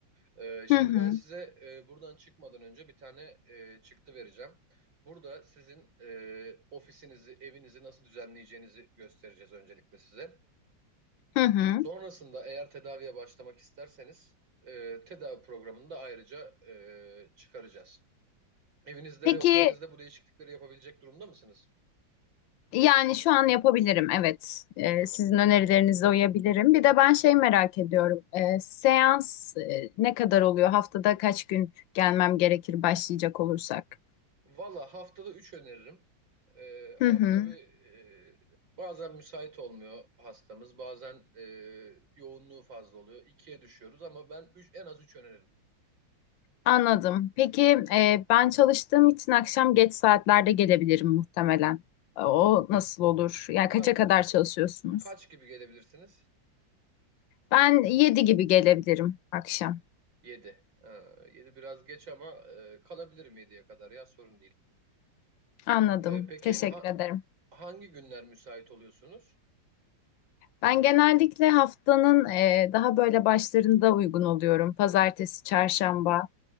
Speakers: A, on the right; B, on the left.
A: Ee, şimdi
B: Hı hı.
A: ben size e, buradan çıkmadan önce bir tane e, çıktı vereceğim. Burada sizin e, ofisinizi, evinizi nasıl düzenleyeceğinizi göstereceğiz öncelikle size.
B: Hı hı.
A: Sonrasında eğer tedaviye başlamak isterseniz e, tedavi programını da ayrıca e, çıkaracağız. Evinizde
B: Peki
A: ve ofisinizde bu değişiklikleri yapabilecek durumda mısınız?
B: Yani şu an yapabilirim, evet. Ee,
A: Tamam.
B: sizin önerilerinize uyabilirim. Bir de ben şey merak ediyorum. Ee, seans e, ne kadar oluyor? Haftada kaç gün gelmem gerekir başlayacak olursak?
A: Valla haftada 3 öneririm. Ee,
B: Hı
A: ama
B: hı,
A: tabii e, bazen müsait olmuyor hastamız. Bazen e, yoğunluğu fazla oluyor. ikiye düşüyoruz ama ben üç, en az 3 öneririm.
B: anladım. Peki e, ben çalıştığım için akşam geç saatlerde gelebilirim muhtemelen. E, O nasıl olur? Yani
A: Ka-
B: kaça kadar çalışıyorsunuz?
A: kaç gibi gelebilirsiniz?
B: Ben 7 gibi gelebilirim akşam.
A: 7. 7 biraz geç ama e, kalabilirim 7'ye kadar ya sorun değil.
B: Anladım.
A: Ee, peki
B: Teşekkür
A: ha-
B: ederim.
A: hangi günler müsait oluyorsunuz?
B: Ben genellikle haftanın e, daha böyle başlarında uygun oluyorum. Pazartesi, çarşamba